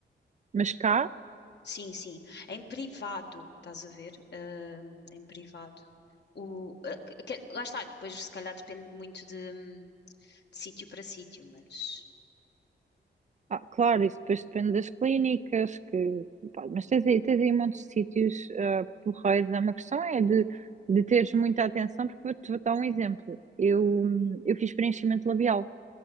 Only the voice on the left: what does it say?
Sim, sim. Em privado, estás a ver? Ahm, em privado. O, ah, que- lá está, depois se calhar depende muito de, hum, de sítio para sítio, mas.